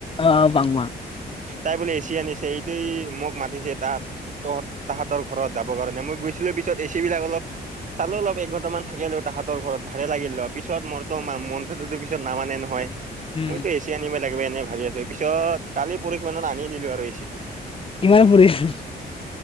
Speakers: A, on the left; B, on the right.
A: অ' বাংমা
B: তাই বোলে এছি আনিছে। সেইটোয় মোক মাতিছে তাহ তহ তাহতৰ ঘৰত যাব কাৰণে মই গৈছিলো পিছত এচি বিলাক অলপ চালো অলপ এঘন্ট মান থাকিলেও তাত তাহাঁতৰ ঘৰত যাব কাৰনে, মই গৈছিলোঁ পিছত এচিবিলাক অলপ চালোঁ অলপ এঘণ্টামান থাকিলোঁ তাহাঁতৰ ঘৰত, ভালে লাগিল দিয়া পিছত মোৰতো মনটোতো পিছত নামানে নহয়।
A: উম
B: মইতো এছি আনিব লাগিব এনে ভাবি আছো তাৰ পিছত কালি পৰশিমানত আনি দিলো আৰু এচি টো
A: কিমান পৰিছে